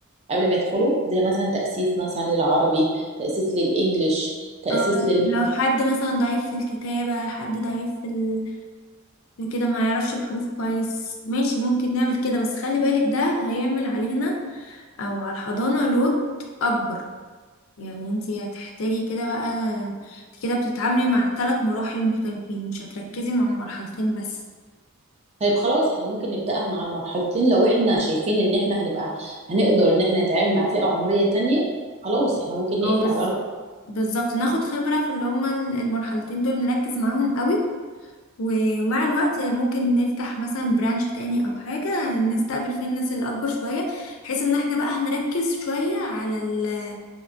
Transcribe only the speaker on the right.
قبل ما يدخلوا زي مثلا تأسيس مثلا للعربي تأسيس للإنجليش تأسيس
طيب خلاص احنا ممكن نبدأها مع المرحلتين لو احنا شايفين ان احنا هنبقى هنقدر ان احنا نتعامل مع فئة عمرية تانية خلاص احنا ممكن نقفل
على اربع